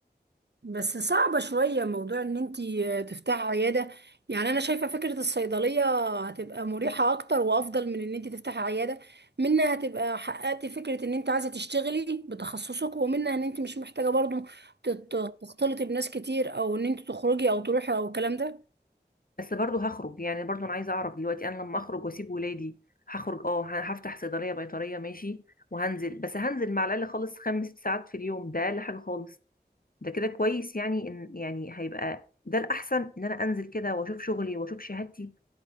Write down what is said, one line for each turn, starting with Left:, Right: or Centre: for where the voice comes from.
Right: بس صعبة شوية موضوع ان انتي تفتحي عيادة يعني انا شايفة فكرة الصيدلية هتبقى مريحة اكتر وافضل من ان انتي تفتحي عيادة منها هتبقى حققتي فكرة ان انت عايزة تشتغلي بتخصصك ومنها ان انت مش محتاجة برضو تت- تختلطي بناس كتير او ان انت تخرجي او تروحي او الكلام ده
Left: بس برضه هخرج يعني برضه انا عايزه اعرف دلوقتي انا لما اخرج واسيب ولادي هخرج اه ه- هفتح صيدليه بيطريه ماشي وهنزل بس هنزل مع الاقل خالص خمس ست ساعات في اليوم ده اقل حاجه خالص ده كده كويس يعني ان يعني هيبقى ده الاحسن ان انا انزل كده واشوف شغلي واشوف شهادتي